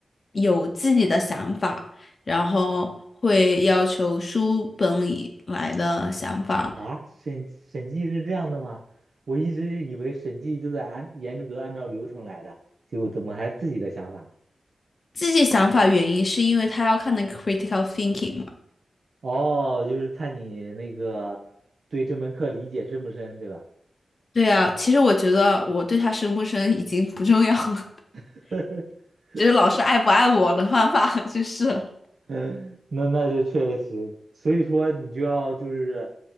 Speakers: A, on the left; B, on the right.
A: 有自己的想法，然后会要求书本里来的想法。
B: 啊。审审计是这样的吗？我一直以为审计就在按严格按照流程来的，结果怎么还自己的想法？
A: 自己想法原因是因为他要看那个 critical thinking 嘛。
B: 哦，就是看你那个对这门课理解深不深，对吧？
A: 对啊，其实我觉得我对他生不生已经不重要了，
B: <laughs>
A: <laughs> 就是老师爱不爱我的方法就是了。
B: 嗯，那那是确实，所以说你就要就是